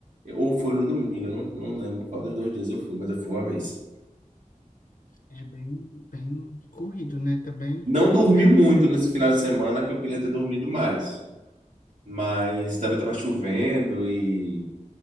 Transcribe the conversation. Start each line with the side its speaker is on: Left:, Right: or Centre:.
Right: ou foi no domingo, eu não, não lembro qual dos dois dias eu fui, mas eu fui uma vez.
Left: É bem, bem corrido, né? Também
Right: Não dormi
Left: meio
Right: muito nesse final de semana, que eu queria ter dormido mais, mas também estava chovendo e